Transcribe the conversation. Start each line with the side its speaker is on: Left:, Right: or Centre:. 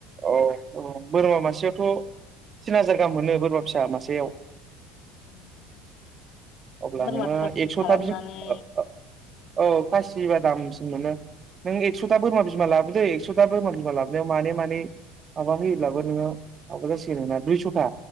Right: औ औ बोरमा मासेयावथ' थिन हाजार गाहाम मोनो बोरमा फिसा मासेयाव
Left: <inaudible>
Right: अब्ला
Left: बोरमा
Right: नोङो
Left: खासि
Right: एक्स'था
Left: खालामनानै
Right: बि <unintelligible> औ खासिबा दाम मोनो नों एक्स'था
Left: ओरैनो
Right: बोरमा बिमा लाबोदे एक्स' <unintelligible> बोरमा बिमा लाबनायाव मानै मानै माबा होयोब्लाबो नोङो माबा जासिगोन नोंना दुइस'था